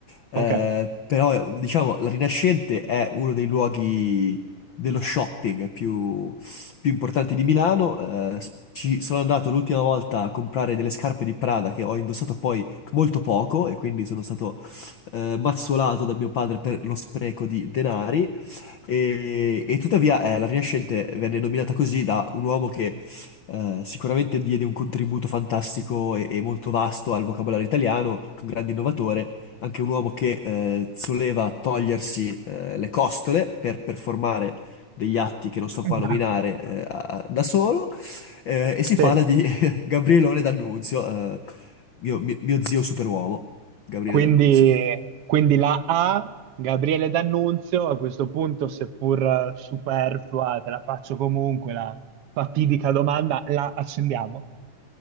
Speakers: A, on the left; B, on the right.
A: Eh,
B: Ok.
A: però, eh, diciamo, la Rinascente è uno dei luoghi dello shopping più, più importanti di Milano. Eh, s- ci sono andato l'ultima volta a comprare delle scarpe di Prada che ho indossato poi molto poco e quindi sono stato eh, mazzolato da mio padre per lo spreco di denari. E, e tuttavia eh, la Rinascente venne nominata così da un uomo che eh, sicuramente diede un contributo fantastico e, e molto vasto al vocabolario italiano, un grande innovatore, anche un uomo che eh, soleva togliersi eh, le costole per performare degli atti che non sto
B: <laughs>
A: qua a nominare eh, a- da solo, eh, e si
B: Sì.
A: parla di <laughs> Gabrielone D'Annunzio, eh, mio, mio mio zio superuomo, Gabriele
B: Quindi,
A: D'Annunzio.
B: quindi la A, Gabriele D'Annunzio, a questo punto, seppur eh, superflua, te la faccio comunque la fatidica domanda, la accendiamo.